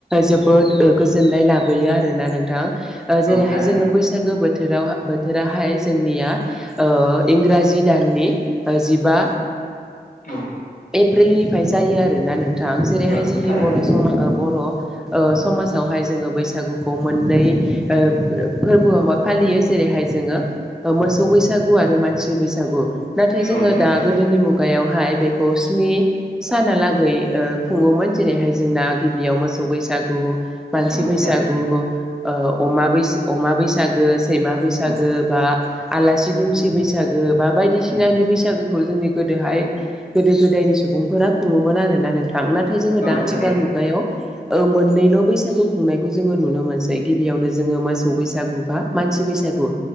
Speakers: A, in the centre; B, on the left.
A: जोबोद गोजोननाय लाबोयो आरोना नों नोंथां ओ जेरैहाय
B: औ थारैनो
A: जोङो बैसागो बोथोराव बोथोराहाय जोंनिया ओ इंराजि दाननि जिबा
B: औ
A: एप्रिलनिफ्राय जायो आरोना नोंथां जेरैहाय
B: औ
A: जोंनि
B: थारैनो
A: बर' समाजाव बर' ओ समाजावहाय जोङो बैसागुखौ मोन नै ओ फोरबोआवहाय फालियो जेरैहाय जोङो मोसौ बैसागु आरो मानसि बैसागु नाथाय जोङो
B: औ नंगौ
A: दा गोदोनि मुगायावहाय बेखौ स्नि सानालागै ओ खुङोमोन जेरैहाय जोंना गिबियाव मोसौ बैसागु मानसि
B: औ
A: बैसागु
B: थारैनो
A: ओ अमा बैस अमा बैसागो सैमा बैसागो
B: औ
A: बा आलासि दुमसि बैसागो बा बायदिसिनानि
B: औ
A: बैसागो खौ जोंनि गोदोहाय गोदो गोदायनि सुबुंफोरा खुङोमोन आरोना नोंथां ना थाय जोङो दा
B: औ
A: आथिखाल
B: थारैनो
A: मुगायाव ओ मोननैल' बैसागु खुंनायखौ जोङो नुनो मोनसै जाय गिबियावनो जोङो मोसौ बैसागु बा मानसि बैसागु